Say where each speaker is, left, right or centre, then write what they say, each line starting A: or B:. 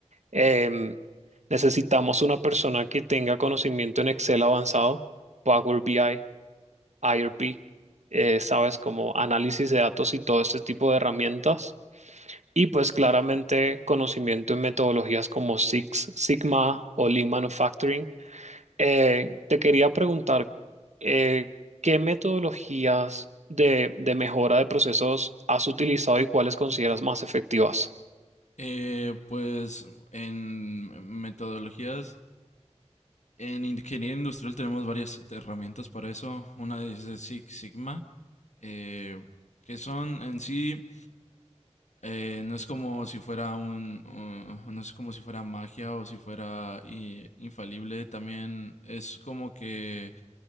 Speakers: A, on the right (about 75°); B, on the left (about 80°).
A: Em, necesitamos una persona que tenga conocimiento en Excel avanzado, Power BI IRP, eh, sabes, como análisis de datos y todo este tipo de herramientas. Y pues claramente conocimiento en metodologías como Six Sigma o Lean Manufacturing. Eh, te quería preguntar, eh, ¿qué metodologías de, de mejora de procesos has utilizado y cuáles consideras más efectivas?
B: Eh, pues en metodologías, en ingeniería industrial tenemos varias herramientas para eso. Una es de Six Sigma, eh, que son en sí Eh, no es como si fuera un, uh, no es como si fuera magia o si fuera i- infalible. También es como que